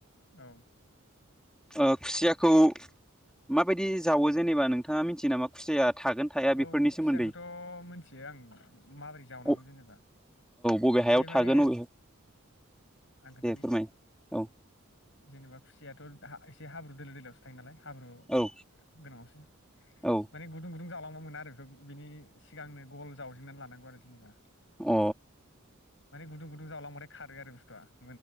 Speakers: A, on the left; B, in the centre.
A: औ
B: ओ खुसियाखौ माबायदि जावो जेनेबा नोंथाङा मिथियो नामा खुसिया थागोन थाया
A: औ
B: बेफोरनि
A: खुसियाखौथ'
B: सोमोन्दै
A: मोनथियो आं माबोरै जावनांगौ
B: औ
A: जेनेबा
B: बबे हायाव
A: बे माने
B: थागोन बबे
A: आं खोन्थानि
B: दे फोरमाय औ
A: जेनेबा खुसियाथ' एसे हाब्रु दोलो दोलाआवसो थायो नालाय हाब्रु
B: औ
A: गोनाङावसो
B: औ
A: माने गुदुं गुदुं जावलां मोना आरो बिनि सिगांनो गल जावजननानै लानांगौ आरो जेनेबा
B: अ औ
A: माने गुदुं गुदुं जावलांबथाय खारो आरो बुस्थु थ्रा